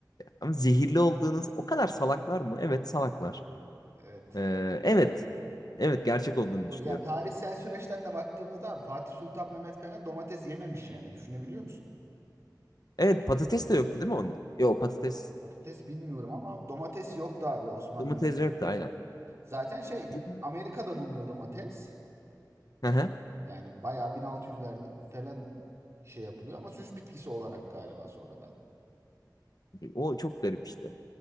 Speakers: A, on the left; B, on the right.
A: ama zehirli olduğunuz o kadar salaklar mı? Evet salaklar.
B: Evet.
A: Ee, evet. Evet gerçek olduğunu
B: Doğru.
A: düşünüyorum.
B: Ya tarihsel süreçten de baktığımızda abi, Fatih Sultan Mehmet falan domates yememiş yani. Düşünebiliyor musun?
A: Evet patates de yoktu değil mi onda? Yok patates
B: Patates bilmiyorum ama domates yoktu abi Osmanlı'nın.
A: domates
B: pek.
A: yoktu aynen.
B: Zaten şey
A: Bu-
B: Ü- Amerika'da bulunuyor domates.
A: Hı hı.
B: Yani bayağı 1600'lerde falan şey yapılıyor ama süs bitkisi olarak galiba sonradan.
A: O çok garip işte.